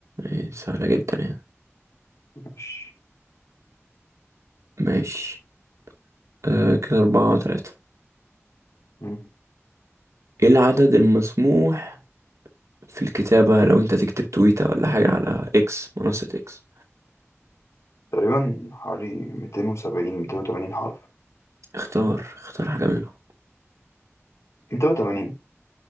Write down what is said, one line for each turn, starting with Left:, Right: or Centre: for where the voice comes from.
Right: إيه، سهلة جدا يعني
Left: مش
Right: ماشي آه كده أربعة وتلاتة
Left: مم.
Right: ايه العدد المسموح في الكتابة لو انت تكتب تويتة ولا حاجة على اكس منصة اكس
Left: تقريبا حوالي 270 280 حرف
Right: اختار اختار حاجة منهم
Left: 280